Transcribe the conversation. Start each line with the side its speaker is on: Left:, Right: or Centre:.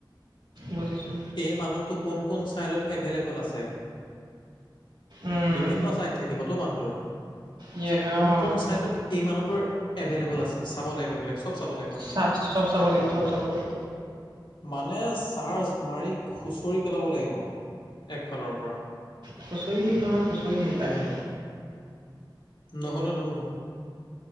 Right: বুজিছোঁ।
Left: এই মানুহটো কোন কোন ছাইডত এভেইলেবোল আছে।
Right: উম
Left: বিভিন্ন চাইড থাকিবতো মানুহটোৰ
Right: ইয়ে
Left: যে কোন
Right: অ
Left: কোন চাইডত এই মানুহৰ এভেইলেবোল আছে চাব লাগিব সেই বিলাক। চ'ব চাব লাগিব আমি
Right: চা চব চাব
Left: একফালৰ
Right: লাগিব চব
Left: পৰা।
Right: চাব লাগিব
Left: মানে চাৰ্জ মাৰি খুচৰি পেলাব লাগিব একফালৰ পৰা।
Right: খুঁচৰি দিম নহয়, খুঁচৰি
Left: তেতিয়াহে
Right: দিম তাত
Left: হ'ব নহ'লে নহ'ব।